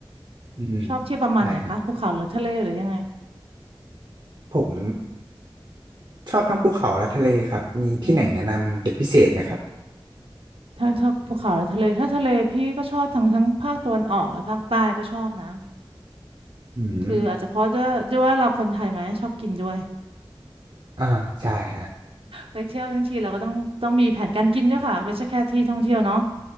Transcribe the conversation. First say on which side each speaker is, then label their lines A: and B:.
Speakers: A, on the right (about 55°); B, on the right (about 85°).
A: อืม
B: ชอบเที่ยวประมาณไหนคะภูเขาหรือทะเลหรือยังไง
A: ใช่ครับผมชอบทั้งภูเขาและทะเลครับมีที่ไหนแนะนำเป็นพิเศษไหมครับ
B: อ๋อถ้าถ้าภูเขาและทะเลถ้าทะเลพี่ก็ชอบทั้งทั้งภาคตะวันออกและภาคใต้ก็ชอบนะ
A: อืม
B: คืออาจจะเพราะด้วยด้วยว่าเราคนไทยไหมชอบกินด้วย
A: อ่าใช่ฮะ
B: ไปเที่ยวทั้งทีเราก็ต้องต้องมีแผนการกินด้วยค่ะไม่ใช่แค่ที่ท่องเที่ยวเนาะ